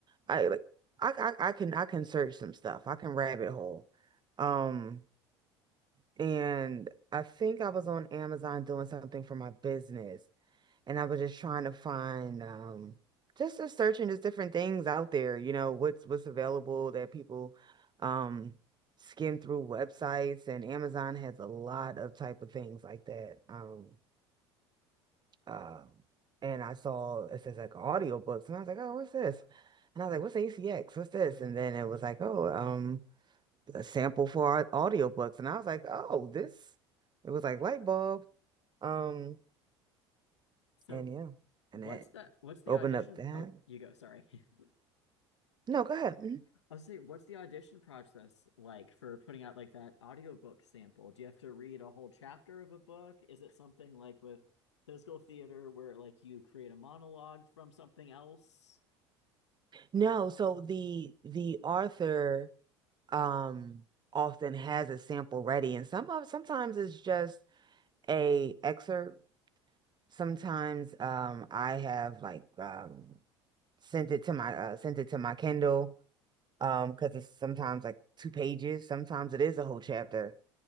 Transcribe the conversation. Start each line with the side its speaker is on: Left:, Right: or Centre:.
Right: I like I, I I can I can search some stuff. I can rabbit hole. Um, and I think I was on Amazon doing something for my business, and I was just trying to find um just just searching just different things out there, you know, what's what's available that people um skim through websites and Amazon has a lot of type of things like that. Um, um, and I saw it says like audiobooks, and I was like, oh, what's this? And I was like, what's ACX? What's this? And then it was like, oh, um, a sample for our audiobooks. And I was like, oh, this. It was like light bulb. Um,
Left: So
Right: and yeah, and
Left: What's
Right: that
Left: the what's the
Right: opened
Left: audition?
Right: up that.
Left: Oh, you go. Sorry. <laughs>
Right: No, go ahead. Mhm.
Left: I was saying, what's the audition process like for putting out like that audiobook sample? Do you have to read a whole chapter of a book? Is it something like with physical theater where like you create a monologue from something else?
Right: No, so the the author um often has a sample ready, and some of sometimes it's just a excerpt. Sometimes um I have like um sent it to my uh sent it to my Kindle um because it's sometimes like two pages sometimes it is a whole chapter